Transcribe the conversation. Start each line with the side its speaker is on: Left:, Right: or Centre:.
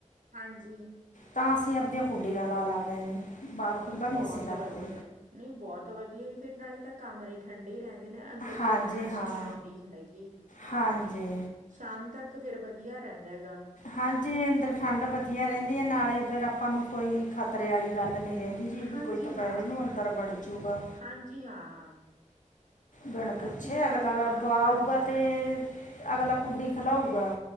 Right: ਹਾਂਜੀ।
Left: ਤਾਂ ਅਸੀਂ, ਆਪਦੀਆਂ ਕੁੰਡੀਆਂ ਲਾ ਲੈਂਦੇ ਜੀ। ਬਾਹਰ ਖੁੱਲ੍ਹਾ ਨਹੀਂ
Right: ਬਹੁਤ
Left: ਅਸੀਂ ਰੱਖਦੇ
Right: ਵਧੀਆ, ਨਹੀਂ ਬਹੁਤ ਵਧੀਆ ਹੀ ਫਿਰ ਨਾਲੇ ਤੱਕ ਤਾਂ ਕਮਰੇ ਠੰਡੇ ਰਹਿੰਦੇ ਨੇ, ਅੰਦਰ
Left: ਹਾਂਜੀ
Right: ਗਰਮੈਸ਼
Left: ਹਾਂ
Right: ਨਹੀਂ ਆਉਂਦੀ ਹੈਗੀ।
Left: ਹਾਂਜੀ।
Right: ਸ਼ਾਮ ਤੱਕ, ਫਿਰ ਵਧੀਆ ਰਹਿੰਦਾ ਹੈਗਾ।
Left: ਹਾਂਜੀ, ਅੰਦਰ ਠੰਡ ਵਧੀਆ ਰਹਿੰਦੀ ਹੈ ਨਾਲੇ ਫੇਰ ਆਪਾਂ ਨੂੰ ਕੋਈ ਖ਼ਤਰੇ ਵਾਲੀ ਗੱਲ ਨੀ। ਰਹਿੰਦੀ ਜੀ,
Right: ਹਾਂਜੀ
Left: ਵੀ ਕੋਈ ਦੁਪਹਿਰੇ
Right: ਹਾਂ
Left: ਨੂੰ ਅੰਦਰ ਵੜ ਜੂਗਾ।
Right: ਹਾਂਜੀ, ਹਾਂ।
Left: ਬਿਣ ਪੁੱਛੇ,
Right: ਅਸੀਂ ਤਾਂ
Left: ਅਗਲਾ
Right: ਆਪ ਹਾਂਜੀ
Left: ਆਊਗਾ ਤੇ ਅਗਲਾ ਕੁੰਡੀ ਖਲਾਊਗਾ।